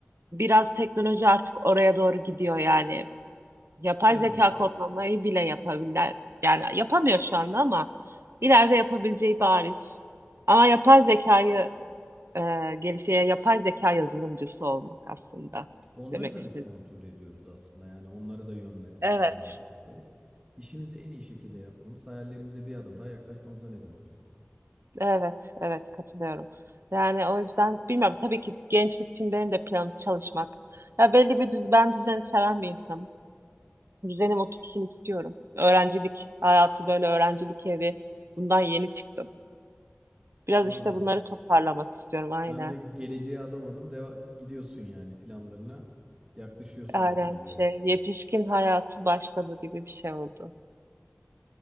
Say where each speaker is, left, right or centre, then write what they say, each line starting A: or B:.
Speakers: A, on the right; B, on the right.
A: biraz teknoloji artık oraya doğru gidiyor yani. Yapay
B: Değil
A: zeka
B: mi?
A: kodlamayı bile yapabilir. Yani yapamıyor şu anda ama ileride yapabileceği bariz. Ama yapay zekayı e, gelişe yapay zeka yazılımcısı olmak aslında
B: Onları
A: demek
B: da
A: istedim.
B: biz kontrol ediyoruz aslında, yani, onlara da yön veren
A: Evet.
B: insanlar bizleriz. İşimizi en iyi şekilde yapmamız hayallerimize bir adım daha yaklaşmamıza neden oluyor.
A: Evet, evet katılıyorum. Yani o yüzden bilmiyorum tabii ki gençlik için benim de planım çalışmak. Ya belli bir düz ben düzeni seven bir insanım. Düzenim otursun istiyorum. Öğrencilik hayatı böyle öğrencilik evi bundan yeni çıktım. Biraz
B: A!
A: işte bunları toparlamak istiyorum aynen.
B: Sen de geleceğe adım adım deva gidiyorsun, yani, planlarına yaklaşıyorsun
A: Aynen
B: gibi geliyor
A: şey yetişkin hayatı başladı gibi bir şey oldu.